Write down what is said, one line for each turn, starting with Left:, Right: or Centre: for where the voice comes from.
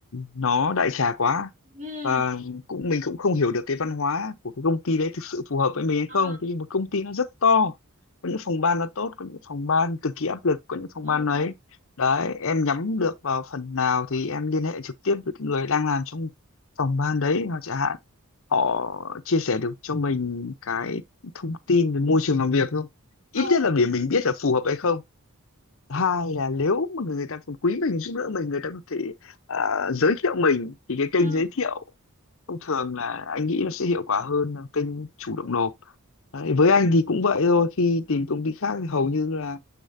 Left: nó đại trà quá
Right: Ừ.
Left: và cũng mình cũng không hiểu được cái văn hóa của cái công ty đấy thực sự phù hợp với mình hay
Right: Ờ.
Left: không thì một công ty nó rất to có những phòng ban nó tốt có những phòng ban cực kỳ áp lực có những phòng
Right: Ồ.
Left: ban ấy đấy em nhắm được vào phần nào thì em liên hệ trực tiếp với cái người đang làm trong phòng ban đấy hoặc chẳng hạn họ chia sẻ được cho mình cái thông tin về môi trường làm việc không
Right: Ồ.
Left: ít nhất là để mình biết là phù hợp hay không hai là nếu mà người ta còn quý mình giúp đỡ mình người ta có thể à, giới thiệu mình thì cái kênh
Right: Ừ.
Left: giới thiệu thông thường là anh nghĩ nó sẽ hiệu quả hơn là kênh chủ động nộp Đấy, với anh thì cũng vậy thôi khi tìm công ty khác thì hầu như là